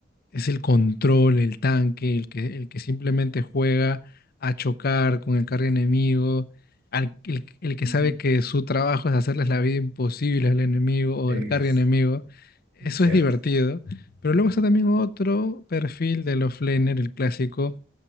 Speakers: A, on the left; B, on the right.
A: es el control, el tanque, el que, el que simplemente juega a chocar con el carry enemigo, al- el, el que
B: ujú.
A: sabe que su trabajo es hacerles la vida imposible al enemigo o
B: Es
A: al carry enemigo. Eso
B: cierto.
A: es divertido. Pero luego está también otro perfil del offlaner, el clásico,